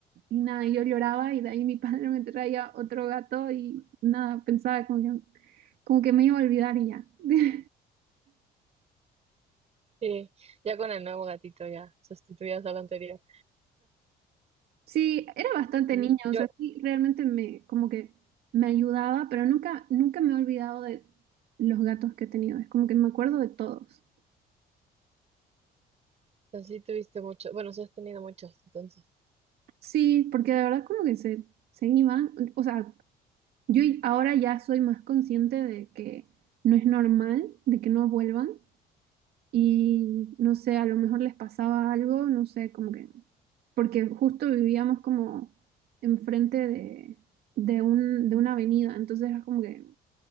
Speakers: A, on the right; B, on the right.
A: y nada, yo lloraba y de ahí mi <laughs> padre me traía otro gato y nada, pensaba como que, como que me iba a olvidar y ya. <laughs>
B: sí, ya con el nuevo gatito ya sustituías al anterior.
A: Sí, era bastante
B: Mm,
A: niña, o
B: Yo,
A: sea, sí, realmente me, como que me ayudaba, pero nunca, nunca me he olvidado de los gatos que he tenido, es como que me acuerdo de todos.
B: así tuviste mucho, bueno, sí has tenido muchos, entonces.
A: Sí, porque de verdad como que se, se iban, o sea, yo ahora ya soy más consciente de que no es normal, de que no vuelvan, Y no sé, a lo mejor les pasaba algo, no sé, como que, porque justo vivíamos como enfrente de, de un, de una avenida, entonces era como que